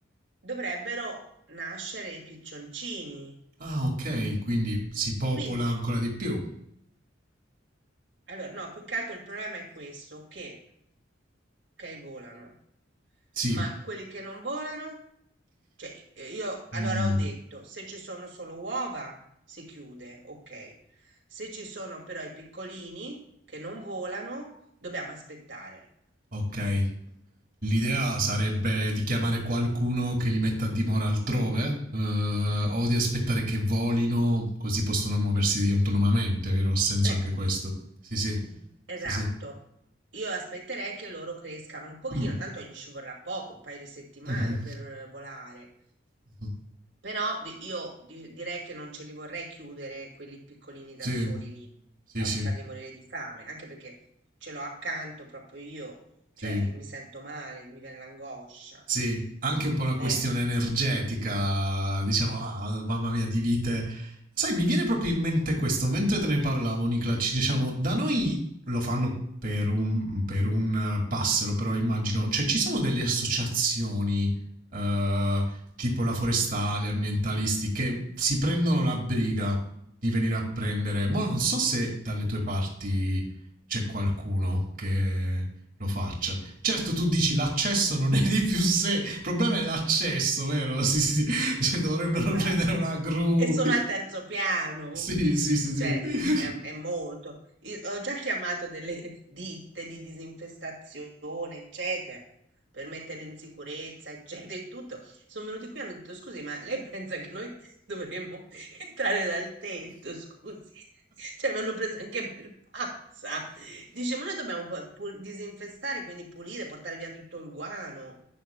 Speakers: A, on the right; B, on the right.
A: dovrebbero nascere i piccioncini.
B: Ah, ok, quindi si popola
A: Quindi
B: ancora di più.
A: Allora, no, più che altro il problema è questo, che, ok, volano,
B: Sì.
A: ma quelli che non volano, cioè eh, io allora
B: Mm.
A: ho detto, se ci sono solo uova si chiude, ok. Se ci sono però i piccolini che non volano, dobbiamo aspettare.
B: Ok. L'idea sarebbe di chiamare qualcuno che li metta a dimora altrove, eh, o di aspettare che volino, così possono muoversi autonomamente, vero? Ha senso
A: Eh,
B: anche questo. Sì, sì.
A: esatto.
B: Sì, sì.
A: Io aspetterei che loro crescano un pochino,
B: Mm.
A: tanto gli ci vorrà poco, un paio di settimane
B: Mhm.
A: per eh, volare.
B: Mhm.
A: Però di- io di- direi che non ce li vorrei chiudere quelli piccolini da
B: Sì,
A: soli lì
B: sì,
A: a
B: sì,
A: farli morire di fame, anche perché ce l'ho accanto proprio io,
B: sì.
A: cioè mi, mi sento male, mi viene l'angoscia.
B: Sì, anche un po' una questione
A: Eh,
B: energetica, diciamo, ah, ah, mamma mia, di vite. Sai, mi viene proprio in mente questo, mentre te ne parlavo, Nicola, ci diciamo, da noi lo fanno per un, per un eh, passero, però immagino, cioè ci sono delle associazioni, eh, tipo la forestale, ambientalisti, che si prendono la briga di venire a prendere. Ma non so se dalle tue parti c'è qualcuno che lo faccia. Certo, tu dici l'accesso non è di più sé, il problema è l'accesso, vero? <laughs> Sì, sì, sì. Cioè, dovrebbero
A: esatto.
B: prendere una gru.
A: E sono al terzo piano.
B: Sì, sì, sì,
A: Cioè,
B: sì. <laughs>
A: è, è molto. Io ho già chiamato delle <laughs> ditte di disinfestazione, eccetera, per metterle in sicurezza, eccetera, e tutto. Sono venuti qui e hanno detto, scusi, ma lei <laughs> pensa che noi dovremmo <laughs> entrare dal tetto, scusi? <laughs> Cioè, mi hanno preso anche per pazza. Dice, ma noi dobbiamo pu- pu- disinfestare, quindi pulire, portare via tutto il guano.